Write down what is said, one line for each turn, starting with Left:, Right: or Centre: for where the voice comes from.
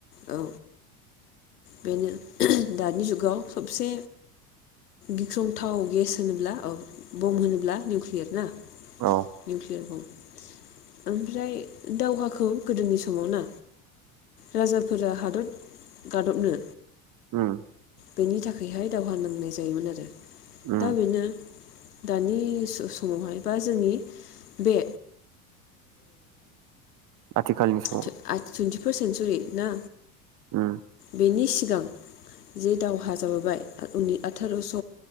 Left: औ बेनो दानि जुगाव सबसे गिख्रंथाव गेस होनोब्ला औ बम् होनोब्ला निउकलियार ना
Right: औ
Left: <unintelligible> ओमफ्राय दावहाखौ गोदोनि समाव ना राजाफोरा हादर गादबनो
Right: उम
Left: बेनि थाखायहाय दावहा नांनाय जायोमोन आरो
Right: उम
Left: दा बेनो दानि समावहाय बा जोंनि बे
Right: आथिखालनि समाव
Left: टुइन्टि फार्स्ट सेन्सुरि ना
Right: उम
Left: बेनि सिगां जे दावहा जाबोबाय उननि आथारस'